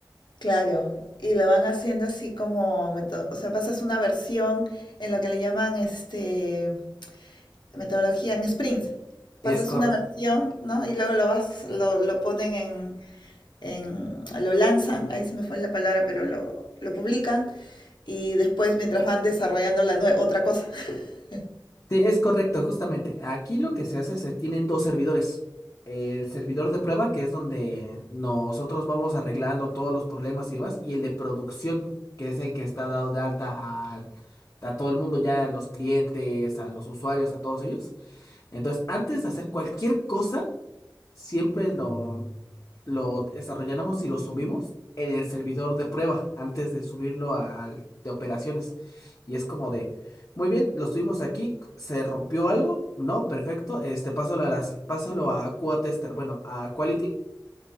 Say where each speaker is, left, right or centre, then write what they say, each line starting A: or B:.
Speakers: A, on the left (about 75°); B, on the left (about 40°).
A: Claro, y lo van haciendo así como, meto- o sea, pasas una versión en lo que le llaman este, metodología en sprints.
B: Es
A: Pasas una versión, ¿no? Y luego lo vas, lo, lo ponen en, en- lo lanzan, ahí se me fue la palabra, pero lo, lo publican y después mientras van desarrollando la nue- otra cosa. <laughs>
B: Sí, es correcto, justamente. Aquí lo que se hace es que tienen dos servidores. El servidor de prueba, que es donde nosotros vamos arreglando todos los problemas y demás, y el de producción, que es el que está dado de alta al- a, todo el mundo, ya a los clientes, a los usuarios, a todos ellos. Entonces, antes de hacer cualquier cosa, siempre lo, lo desarrolláramos y lo subimos en el servidor de prueba antes de subirlo al de operaciones. Y es como de, muy bien, lo subimos aquí, ¿se rompió algo? No, perfecto, este, pásalo a las, pásalo a QA tester, bueno, a quality.